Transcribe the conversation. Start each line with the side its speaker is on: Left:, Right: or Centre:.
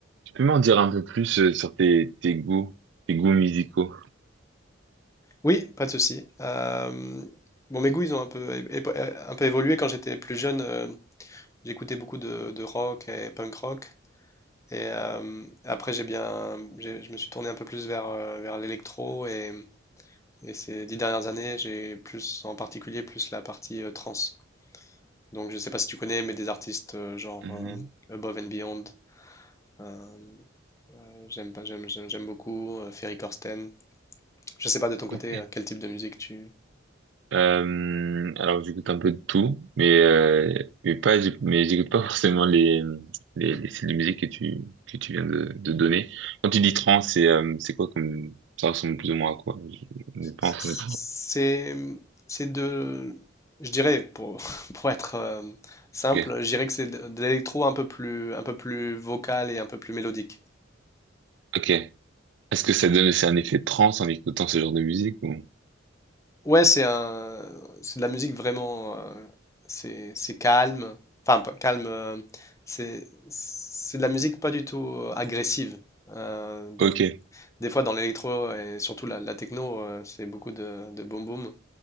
Right: Peux-tu m'en dire un peu plus euh, sur tes, tes goûts, tes goûts musicaux?
Left: Oui, pas de souci. Euh, bon, mes goûts, ils ont un peu, é- é- un peu évolué. Quand j'étais plus jeune, euh, j'écoutais beaucoup de, de rock et punk rock. Et euh, après, j'ai bien, j'ai- je me suis tourné un peu plus vers, euh, vers l'électro. Et, et ces dix dernières années, j'ai plus, en particulier, plus la partie euh, trance. Donc, je ne sais pas si tu connais, mais des artistes euh, genre
Right: Mhm.
Left: euh, Above and Beyond. euh, euh, j'aime pas, j'aime, j'aime j'aime beaucoup. euh, Ferry Corsten. Je ne sais pas de ton côté,
Right: Ok.
Left: euh, quel type de musique tu,
Right: Euh, alors j'écoute un peu de tout, mais euh, mais pas j'éc- mais j'écoute pas <laughs> forcément les, les les styles de musique que tu que tu viens de, de donner. Quand tu dis trance, c'est euh, c'est quoi comme ça ressemble plus ou moins à quoi? Je je n'ai pas
Left: C'est,
Right: entendu.
Left: c'est de, je dirais, pour, <laughs> pour être euh, simple,
Right: Ok,
Left: je dirais que c'est de, de l'électro un peu plus, un peu plus vocal et un peu plus mélodique.
Right: ok. Est-ce que ça donne aussi un effet de trance en écoutant ce genre de musique ou?
Left: Ouais, c'est un, c'est de la musique vraiment, euh, c'est, c'est calme, enfin pas calme, euh, c'est, c'est de la musique pas du tout euh, agressive. Euh, donc
Right: Ok,
Left: des fois dans l'électro et surtout la, la techno, euh, c'est beaucoup de, de boom boom.